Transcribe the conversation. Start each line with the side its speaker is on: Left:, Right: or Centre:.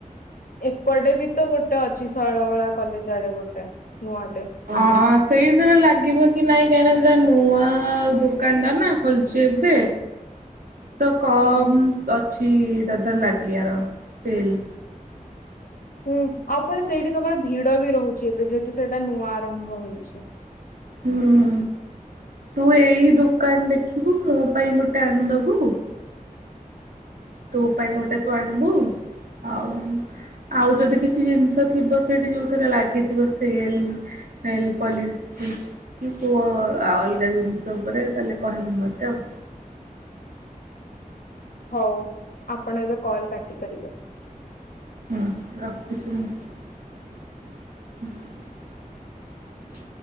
Left: ଏପଟେ ବି ତ ଗୋଟେ ଅଛି ସରଳ ବଳା କଲେଜ ଆଡେ ଗୋଟେ। ନୂଆଟେ।
Right: ହଁ ସେଇଦିନ ଲାଗିବ। କି ନାଇଁ କାହିଁ ସେଟା ନୂଆ ଦୋକାନ ଟା ନା ଖୋୋଲିଛି ଏବେ ତ କମ
Left: ହୁଁ
Right: ଏଧର ଲାଗଗ ର ସେଲ
Left: ହୁଁ ଆଉ ପୁଣ ସେଇଠି ସବୁବେଳେ ଭିଡ ବି ରହୁଛି ଏବେ ଯେହେତୁ ସେଇଟା ନୂଆ ଆରମ୍ଭ ହେଇଛି।
Right: ହୁଁ ତୁ ଏଇ ଦୋକାନ ଦେଖି ଥିବୁ ମୋ ପାଇଁ ଗୋଟେ ଆଣି ଦବୁ। ତୋ ପାଇଁ ଗୋଟା ତୁ ଆଣିବୁ ଆଉ ଆଉ ଯଦି କିଛି ଜିନିଷ ଥିବ ସେଠି ଯୋଉଥିରେ ଲାଗିଥିବ ସେଲ ସେଲ ପଲିଶି କି କୋଉ ଅଲଗା ଜିନିଷ ଉପରେ ତାହେଲେ କହିବୁ ମତେ ଆଉ।
Left: ହଉ ଆପଣ ଏବେ କଲ କାଟି କାଟିପାରିବେ।
Right: ହୁଁ ରଖୁଛି ମୁଁ।